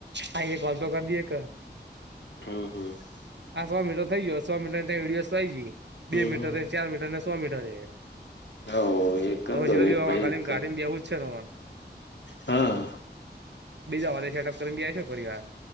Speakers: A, on the right; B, on the left.
A: આઈ, એક વાલ તો કર દએ એક
B: હ હ.
A: આ સો મીટર થઈ ગયો. સો મીટર તો ડીએસ થઈ ગઈ. બે
B: હમ
A: મીટર,
B: હમ
A: ચાર મીટરને સો મીટર.
B: હા એક કર
A: અ
B: દો
A: સીધ
B: ને
A: બી
B: એક પછી
A: ગાડી ગાડી બી આવવું જ છે ને <unintelligible>
B: હા.
A: બીજા વાળા સેટઅપ કરીયા છે પરિવાર.